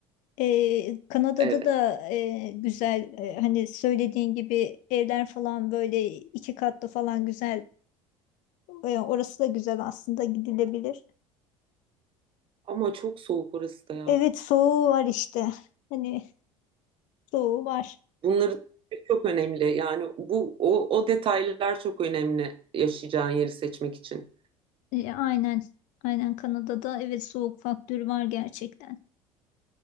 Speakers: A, on the left; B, on the right.
A: Ee, Kanada'da
B: Evet.
A: da e, güzel e, hani söylediğin gibi evler falan böyle iki katlı falan güzel. Ee, orası da güzel aslında gidilebilir.
B: Ama çok soğuk orası da ya.
A: Evet soğuğu var işte. Hani soğuğu var.
B: Bunları çok önemli. Yani bu o, o detaylar çok önemli yaşayacağın yeri seçmek için.
A: E, aynen. Aynen Kanada'da evet soğuk faktörü var gerçekten.